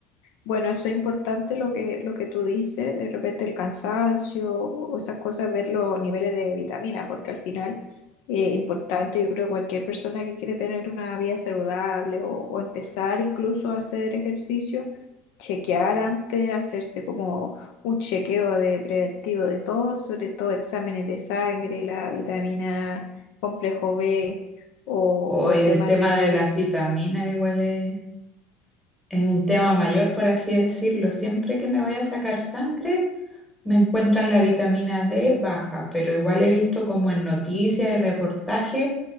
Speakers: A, on the left; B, in the centre.
A: Bueno, eso es importante lo que, lo que tú dices, de repente el cansancio o esas cosas, ver los niveles de vitamina, porque al final es importante, yo creo que cualquier persona que quiere tener una vida saludable o, o empezar incluso a hacer ejercicio, chequear antes, hacerse como un chequeo de preventivo de todo, sobre todo exámenes de sangre, la vitamina complejo B o,
B: Hoy
A: o el
B: el
A: tema
B: tema
A: de la
B: de
A: D.
B: las vitaminas igual es es un tema mayor, por así decirlo. Siempre que me voy a sacar sangre, me encuentran la vitamina D baja, pero igual he visto como en noticias y reportajes